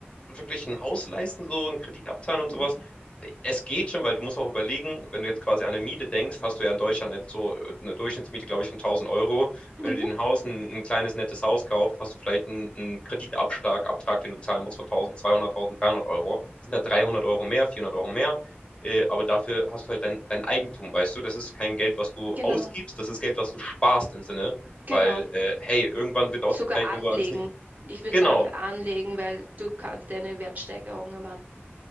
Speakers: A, on the left; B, on the right.
A: wirklich ein Haus leisten, so einen Kredit abzahlen und
B: Nee.
A: sowas. äh, Es geht schon, weil du musst auch überlegen, wenn du jetzt quasi an eine Miete denkst, hast du ja in Deutschland jetzt so äh, eine Durchschnittsmiete, glaube ich, von tausend Euro. Wenn
B: Mhm.
A: du dir ein Haus, ein, ein kleines, nettes Haus kaufst, hast du vielleicht einen, einen Kreditabschlag, Abtrag, den du zahlen musst von 1200, 1300 Euro. Sind da 300 Euro mehr, 400 Euro mehr. Äh, aber dafür hast du halt dein, dein Eigentum, weißt du? Das ist kein Geld, was du
B: Genau.
A: ausgibst, das ist Geld, was du sparst im Sinne.
B: Genau.
A: Weil, äh, hey, irgendwann wird auch
B: Sogar
A: die Zeit
B: anlegen.
A: kommen, wo alles nicht.
B: Ich würde
A: Genau,
B: sagen anlegen, weil du kannst eine Wertsteigerung erwarten.